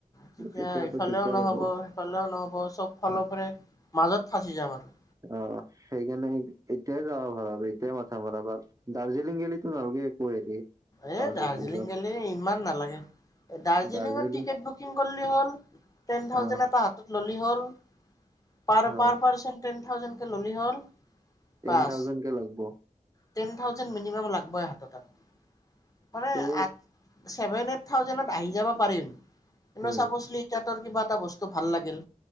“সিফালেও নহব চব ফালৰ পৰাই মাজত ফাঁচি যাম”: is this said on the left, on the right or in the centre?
Left